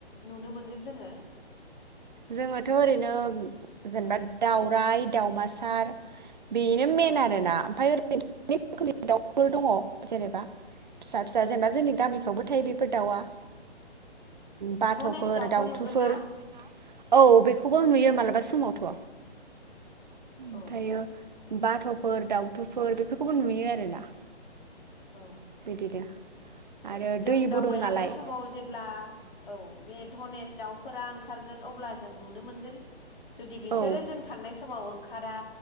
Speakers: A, on the left (about 50°); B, on the right (about 45°).
A: नुनो मोनगोन जोङो?
B: जोङोथ' ओरैनो जेनेबा दाउराइ दाउमासार बेनो मेन
A: औ
B: आरो ना ओमफ्राय <unintelligible> रोखोमनि दाउफोर दङ जेनेबा फिसा फिसा जेनेबा जोंनि गामिफ्रावबो थायो बेफोर दाउआ बाथ'फोर
A: धनेस दाउखौ
B: दाउथुफोर
A: नुगोन ना?
B: औ बेखौबो नुयो मालाबा समावथ' ओमफ्रायो
A: औ
B: बाथ'फोर दाउथुफोर बेफोरखौबो नुयो आरोना
A: औ
B: बिदिनो आरो
A: जों
B: दैबो
A: दावबायलांनाय
B: दं नालाय
A: समाव जेब्ला औ बे धनेस दाउ फोर ओंखारगोन अब्ला जों नुनो मोनगोन। जुदि बिसोरो
B: औ
A: जों थांनाय समाव ओं ओखारा